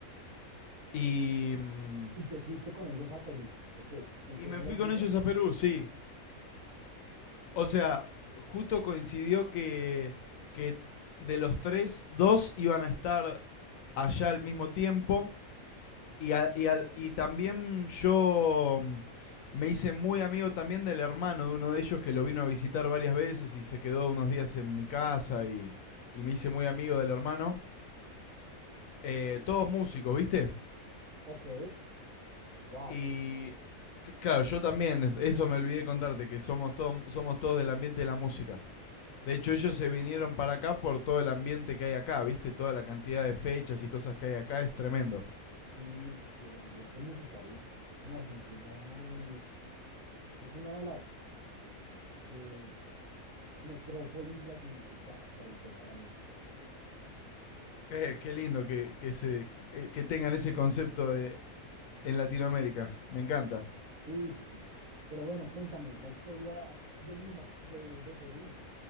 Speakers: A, on the left; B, on the right.
A: Y, mm,
B: ¿Y te fuiste con ellos a Perú? ¿O qué? ¿Te hicieron
A: y me fui
B: la invitación?
A: con ellos a Perú, sí. O sea, justo coincidió que, que de los tres, dos iban a estar allá al mismo tiempo. Y, a- y al- y también yo mm, me hice muy amigo también del hermano de uno de ellos que lo vino a visitar varias veces y se quedó unos días en mi casa y, y me hice muy amigo del hermano.
B: Ok,
A: Eh, todos músicos, ¿viste?
B: ok. Wow.
A: Y claro, yo también, eso me olvidé contarte, que somos todos, somos todos del ambiente de la música. De hecho, ellos se vinieron para acá por todo el ambiente que hay acá, ¿viste? Toda la cantidad de fechas y cosas que hay acá es tremendo.
B: Sí, sí, sí. El ambiente musical en Argentina es, es una de las eh, metrópolis latinoamericanas para el tema de la música.
A: Eh, qué lindo que, que, se, eh, que tengan ese concepto de en Latinoamérica. Me encanta.
B: Sí, sí, sí, sí. Pero bueno, cuéntame la historia de Lima, de, de Perú.